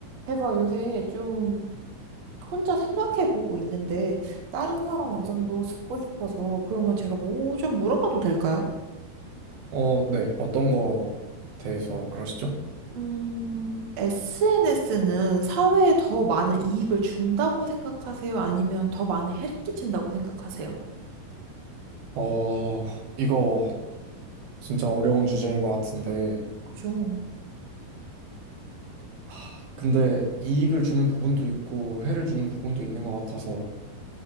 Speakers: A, on the right; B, on the right.
A: 제가 요새 좀 혼자 생각해보고 있는데 다른 사람 의견도 듣고 싶어서 그러면 제가 뭐 좀 물어봐도 될까요?
B: 어, 네. 어떤 거 대해서 그러시죠?
A: 음, SNS는 사회에 더 많은 이익을 준다고 생각하세요? 아니면 더 많은 해를 끼친다고 생각하세요?
B: 어, 이거 진짜 어려운 주제인 것 같은데.
A: 그죠?
B: 아, 근데 이익을 주는 부분도 있고 해를 주는 부분도 있는 것 같아서.